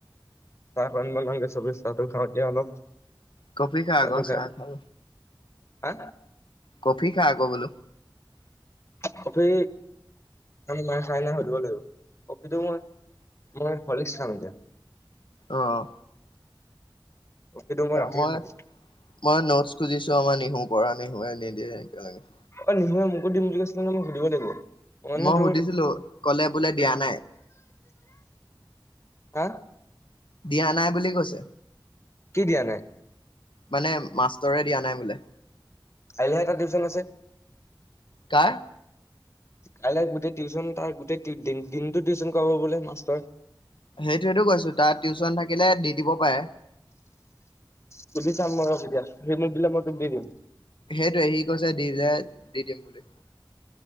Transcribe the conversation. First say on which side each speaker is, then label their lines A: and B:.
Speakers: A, on the left; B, on the left.
A: চাহ ৰান্ধিব লাগগে চবেই চাহটো খাওঁ দিয়া অলপ।
B: কফি খা
A: চাহটো
B: আকৌ
A: খাই
B: চাহ খাব।
A: হা।
B: কফি খাই আকৌ বোলো।
A: কফি মায়ে খাই নাই সুধিব লাগিব। সেইটো মই মই হল্লিছ খাম এতিয়া।
B: অহ,
A: কফিটো মই ৰাতিহে
B: মই-মই
A: খাম
B: নোট খুজিছো আমাৰ নিহুৰ পৰা নিহুৱে নিদিয়ে একেলগে।
A: অ মোকো দিম বুলি কৈছিলে নহয় মই সুধিব লাগিব। মানে
B: মই
A: তোৰ
B: সুধিছিলো ক'লে বোলে দিয়া নাই।
A: হা।
B: দিয়া নাই বুলি কৈছে।
A: কি দিয়া নাই?
B: মানে মাষ্টৰে দিয়া নাই বোলে।
A: কাইলৈহে এটা টিউচন আছে।
B: কাৰ।
A: কাইলৈ গোটেই টিউচন তাৰ গোটেই দিন দিনটো টিউচন কৰাব বোলে মাষ্টৰে।
B: সেইটোয়েটো কৈছো, তা টিউচন থাকিলে দি দিব পাৰে।
A: সুধি চাম মই ৰহ কেতিয়া। সি মোক দিলে মই তোক দি দিম।
B: সেইটোৱে সি কৈছে দি দিলে দি দিম বুলি